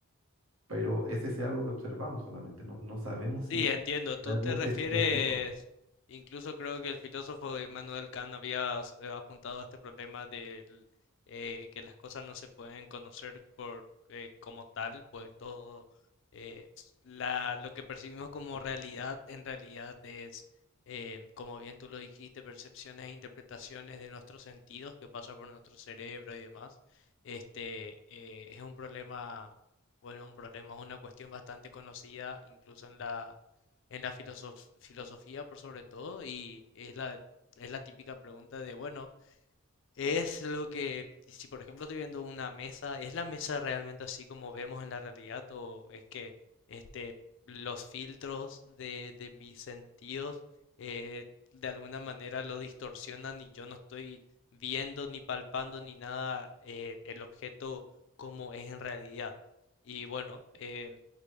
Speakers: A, on the right; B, on the left.
A: pero es ese algo que observamos solamente. No, no sabemos
B: Sí,
A: si
B: entiendo. Tú
A: realmente
B: te refieres,
A: es es todo.
B: incluso creo que el filósofo Immanuel Kant había eh, apuntado a este problema de que las cosas no se pueden conocer por eh, como tal, pues todo eh, s- la, lo que percibimos como realidad en realidad es, eh, como bien tú lo dijiste, percepciones e interpretaciones de nuestros sentidos que pasa por nuestro cerebro y demás. Este eh, es un problema bueno, un problema es una cuestión bastante conocida, incluso en la, en la filosof- filosofía por sobre todo, y es la, es la típica pregunta de, bueno, es lo que, si por ejemplo estoy viendo una mesa, ¿es la mesa realmente así como vemos en la realidad o es que este, los filtros de, de mis sentidos eh, de alguna manera lo distorsionan y yo no estoy viendo ni palpando ni nada eh, el objeto como es en realidad? Y bueno, eh,